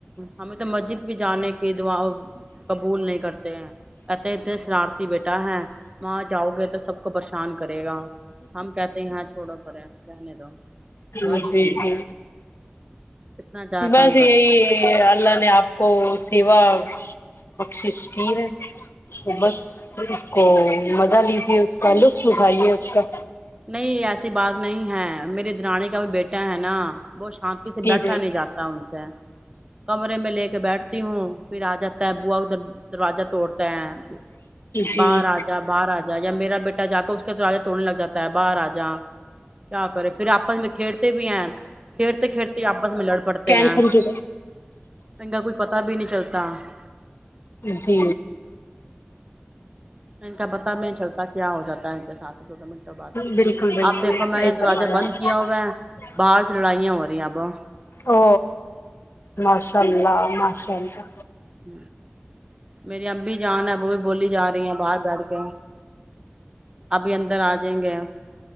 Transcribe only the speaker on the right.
ہمیں تو مسجد بھی جانے کی دا قبول نہیں کرتے ہیں کہتے اتنے شرارتی بیٹا ہے وہاں جاؤ گے تو سب کو پریشان کرے گا ہم کہتے یہاں چھوڑو پے رہنے دو
گھر ہی
ٹھیک
ہے اتنا زیادہ
تنگ کرتے
ہیں
نہیں ایسی بات نہیں ہے میرے درانی بیٹا ہے نا وہ شانتی سے
بیٹھا نہیں جاتا ان سے کمرے میں لے کے بیٹھتا تی ہوں پھر آ جاتا ہے بو ادھر دروجہ توڑتا ہیں
بہاجا بہ راجا یا میرا بیٹا جا کے رہ توڑنےگاتا باہر آ جا کیا کرے پھر آپس میں کھیرتے بھی ہیں کھیرتے کھیرتے آپس میں لڑ پڑتے
ہیں انن
کا کچھ پتا بھی نہیں چلتا کتا
ان کا پتا بھی نہیں چلتا کیا ہو جاتا ہے ان کے ساتھ دو دو منٹوں بعد
اب دیکھو
میں نے تو
راجہ بند
کیا
ہو وہ باہر سے لڑائیاں ہو پ آبہ
ہ میری ابھی جان ہے وہ بھی بولی جا رہی ہیں باہر بیٹھ کے ابھی اندر ادر آ جائیں گے